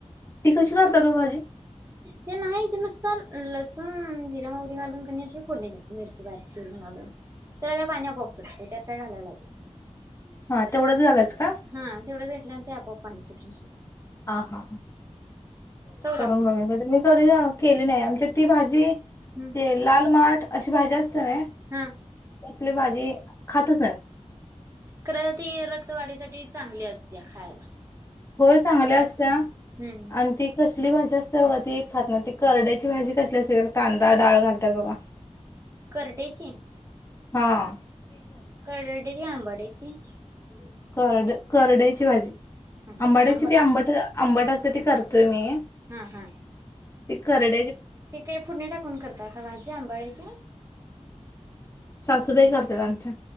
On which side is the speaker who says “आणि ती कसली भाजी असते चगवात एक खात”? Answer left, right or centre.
Left